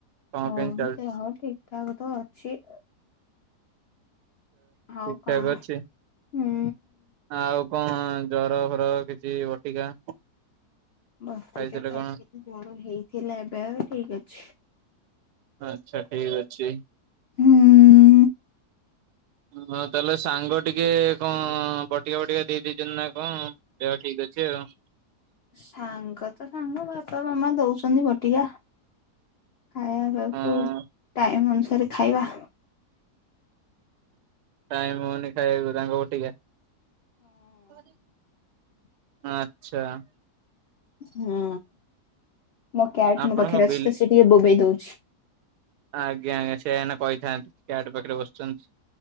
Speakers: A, on the right; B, on the left.
A: କଣ
B: ହଁ
A: କେମିତି ଚାଲିଛି
B: ଦେହ ଠିକ୍ ଠାକ୍ ତ ଅଛି। ଆଉ
A: ଠିକ
B: କଣ?
A: ଠାକ ଅଛି।
B: ହୁଁ।
A: ଆଉ କଣ ଜର ଫର କିଛି ବଟିକା।
B: ବଟିକା
A: ଖାଇଥିଲେ
B: ଖାଇଥିଲି
A: କଣ
B: ଜ୍ୱର ହେଇଥିଲା ଏବେ ଆଉ ଠିକ୍ ଅଛି।
A: ଆଚ୍ଛା ଠିକ୍ ଅଛି।
B: ହୁଁ।
A: ହୁଁ ଆଉ ତାହେଲେ ସାଙ୍ଗ ଟିକେ କଣ ବଟିକା ଫଟିକା ଦେଇ ଦେଇ ଚନ୍ତି ନା କଣ ଦେହ ଠିକ୍ ଅଛି ଆଉ।
B: ସାଙ୍ଗ ତ ସାଙ୍ଗ ବାପା ମାମା ଦଉସନ୍ତି ବଟିକା। ଖାଇଆ ପିଆକୁ
A: ହଁ
B: ଟାଇମ ଅନୁସାରେ ଖାଇବା।
A: ଟାଇମ ହଉନି ଖାଇଆକୁ ତାଙ୍କ ବଟିକା। ହଁ ଆଚ୍ଛା।
B: ହୁଁ ମୋ କ୍ୟାଟ
A: ଆପଣଙ୍କ
B: ମୋ ପାଖରେ ଅଛି
A: ବିଲ
B: ତ ସିଏ ଟିକେ ବୋବେଇ ଦଉଛି।
A: ଆଜ୍ଞା ଆଜ୍ଞା ସେୟା ଏଇନା କହିଥାନ୍ତି କ୍ୟାଟ ପାଖରେ ବସିଚନ୍ତି।